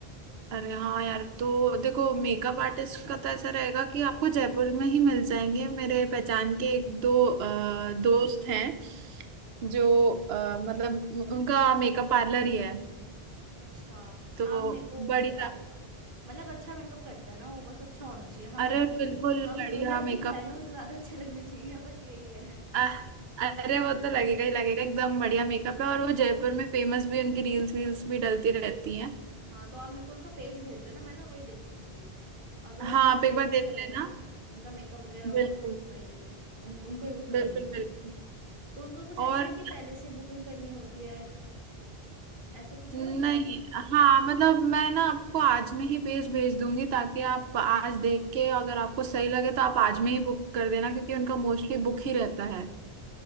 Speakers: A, on the right; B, on the right.
A: अरे हाँ यार तो देखो मेकअप आर्टिस्ट का तो ऐसा रहेगा कि आपको जयपुर में ही मिल जाएंगे मेरे पहचान के एक दो अ, दोस्त हैं जो अ, मतलब उनका मेकअप पार्लर ही है
B: अच्छा
A: तो
B: आप मेरे को
A: बढ़िया
B: बता देना मतलब अच्छा मेकअप करता है ना वो बस अच्छा होना चाहिए हम
A: अरे
B: दुल्हन
A: बिल्कुल
B: हम
A: बढ़िया
B: दुल्हन की
A: मेकअप
B: बहनों से ज्यादा अच्छे लगने चाहिए बस यही है
A: अह, अरे वो तो लगेगा ही लगेगा एकदम बढ़िया मेकअप है और वो जयपुर में फेमस भी उनकी रील्स वील्स भी डलती रहती हैं
B: हाँ तो आप मेरे को उनका पेज भेज देना मैं ना वही देख लूंगी अगर
A: हाँ
B: उनका पेज
A: आप एक बार
B: अच्छा
A: देख लेना
B: लगेगा ना उनका मेकअप वगैरह होगा
A: बिल्कुल
B: तो वही ले लूंगी उन उनको ही बुक कर
A: बिल्कुल
B: दूंगी
A: बिल्कुल
B: तो उनका कुछ
A: और
B: ऐसा है कि पहले से बुकिंग करनी होती है ऐसा कुछ
A: नहीं
B: है उनका
A: हाँ मतलब मैं ना आपको आज में ही पेज भेज दूंगी ताकि आप आज देख के अगर आपको सही लगे तो आप आज में ही बुक कर देना क्योंकि उनका मोस्टली बुक ही रहता है